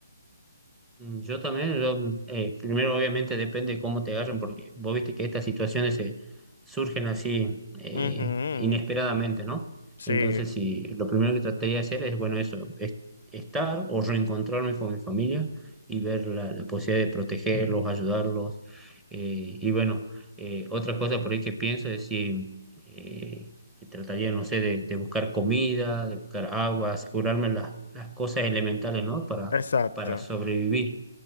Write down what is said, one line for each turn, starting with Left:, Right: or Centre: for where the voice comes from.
Centre: Mm, Yo también, yo, eh, primero obviamente depende de cómo te agarren, porque vos viste que estas situaciones se surgen así eh,
Left: Ujú,
Centre: inesperadamente, ¿no?
Left: Sí,
Centre: Entonces, si lo primero que trataría de hacer es, bueno, eso, es- estar o reencontrarme con mi familia y ver la, la posibilidad de protegerlos, ayudarlos. eh, y bueno, eh, otra cosa por ahí que pienso es si eh, que trataría, no sé, de, de buscar comida, de buscar agua, asegurarme las, las cosas elementales, ¿no?
Left: exacto.
Centre: para sobrevivir.